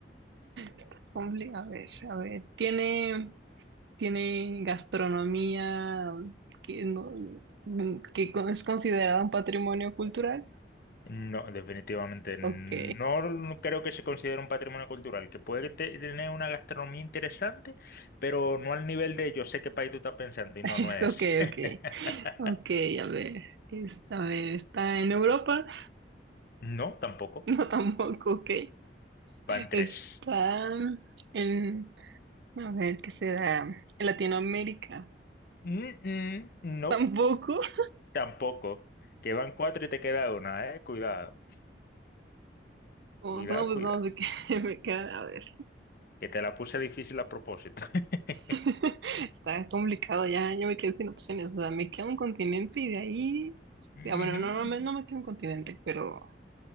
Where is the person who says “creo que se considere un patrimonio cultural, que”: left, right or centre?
Left